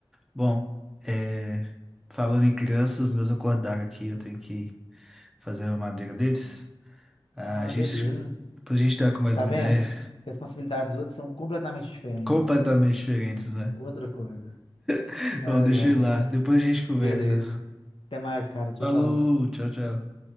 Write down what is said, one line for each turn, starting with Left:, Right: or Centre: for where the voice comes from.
Centre: Bom, é, falando em crianças, os meus acordaram aqui, eu tenho que fazer a madeira deles. A
Left: Ah,
Centre: gente,
Left: beleza.
Centre: pra gente estar com mais
Left: Tá
Centre: uma
Left: vendo?
Centre: ideia,
Left: Responsabilidades dos outros são completamente diferentes.
Centre: completamente diferentes, né?
Left: Outra coisa.
Centre: <laughs>
Left: Ai,
Centre: bom deixa
Left: ai.
Centre: eu ir lá, depois a gente conversa.
Left: Beleza. Até mais, cara. Tchau,
Centre: Falou,
Left: tchau.
Centre: tchau, tchau.